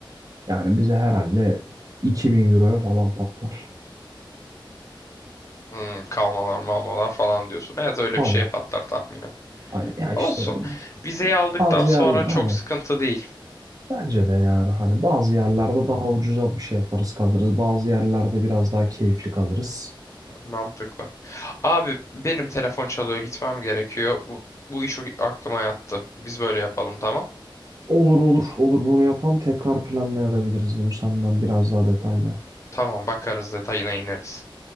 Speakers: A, on the right; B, on the left.
A: Yani bize herhalde 2000 euroya falan patlar.
B: Hmm, kalmalar malmalar falan diyorsun. Evet öyle
A: Tabii.
B: bir şeye patlar tahminen.
A: Hani ya işte
B: Olsun. Vizeyi aldıktan
A: bazı
B: sonra
A: yerler
B: çok
A: aynen.
B: sıkıntı değil.
A: Bence de yani hani bazı yerlerde daha ucuza bir şey yaparız kalırız. Bazı yerlerde biraz daha keyifli kalırız.
B: Mantıklı. Abi benim telefon çalıyor gitmem gerekiyor. Bu, bu iş aklıma yattı. Biz böyle yapalım tamam.
A: Olur olur olur bunu yapalım. Tekrar planlayabiliriz bunu senden biraz daha detaylı.
B: Tamam bakarız detayına ineriz.